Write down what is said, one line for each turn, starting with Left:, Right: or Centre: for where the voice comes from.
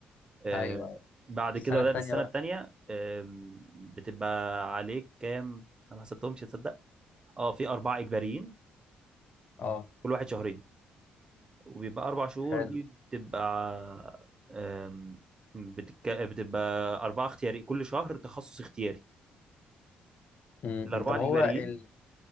Right: آه،
Left: أيوه أيوة.
Right: بعد
Left: السنة
Right: كده بدات
Left: التانية
Right: السنه
Left: بقى
Right: الثانيه بتبقى عليك كام انا ما حسبتهمش تصدق اه في أربعة إجباريين
Left: اه
Right: كل واحد شهرين وبيبقى أربع شهور
Left: حلو
Right: دي بتبقى أم، بتك... بتبقى أربعة اختياري كل شهر تخصص اختياري
Left: امم
Right: الأربعة
Left: طب
Right: الإجباريين
Left: هو ال...